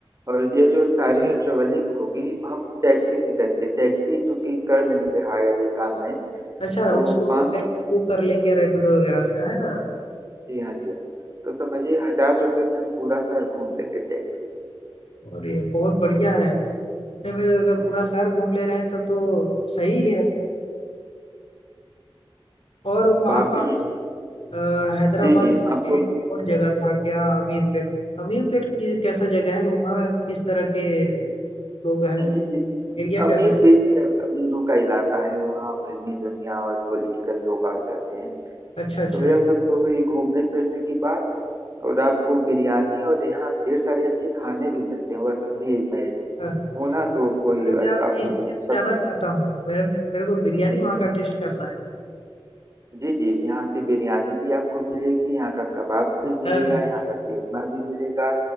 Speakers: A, on the right; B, on the left.
A: और यह जो सारी ट्रेवलिंग होगी हम टैक्सी से करेंगे टैक्सी चूंकि कर लेंगे हायर एक ऑनलाइन
B: अच्छा
A: तो
B: उसको
A: पाँच
B: टैक्सी
A: सौ
B: बुक कर लेंगे रैपिडो वगैरह से है ना
A: जी हाँ जी हाँ तो समझिए हजार रुपये में हम पूरा शहर घूम लेंगे टैक्सी से
B: और ये बहुत बढ़िया है इतने में अगर
A: जी हाँ
B: पूरा
A: जी
B: शहर
A: हाँ।
B: घूम ले रहे हैं तब तो सही है और वहाँ
A: बाकी
B: पास अ, हैदराबाद
A: जी जी आपको
B: में एक और जगह था क्या अमीरपेट अमीरपेट की कैसा जगह है वहाँ किस तरह के लोग हैं
A: जी जी
B: एरिया
A: अमीर
B: कैसा है
A: पेट भी अमीरों का इलाका है वहाँ फिल्मी दुनिया और पॉलिटिकल लोग आ जाते हैं
B: अच्छा अच्छा
A: तो यह सब तो हुई घूमने फिरने की बात और आपको बिरयानी और यहाँ ढेर सारे अच्छे खाने भी मिलते हैं वह सब भी मैं
B: हाँ,
A: होना तो
B: मतलब चार
A: कोई
B: मीनार
A: अच्छा-
B: में
A: आपको
B: इसीलिए तो
A: सब
B: जाना चाहता हूँ मेरे मेरे को बिरयानी वहाँ का टेस्ट करना है
A: जी जी यहाँ की बिरयानी भी आपको मिलेगी यहाँ का कबाब भी मिलेगा
B: हाँ हाँ
A: यहाँ का सेतमा भी मिलेगा